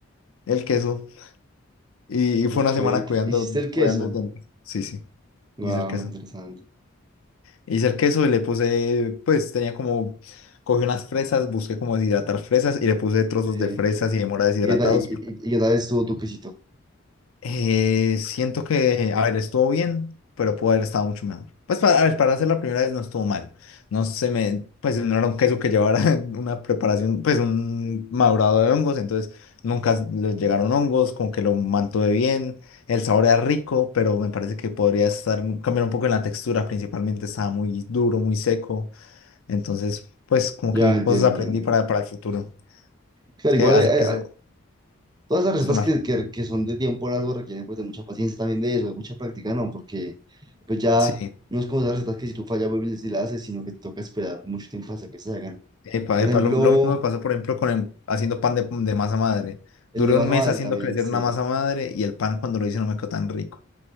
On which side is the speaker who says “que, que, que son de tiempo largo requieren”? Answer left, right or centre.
Right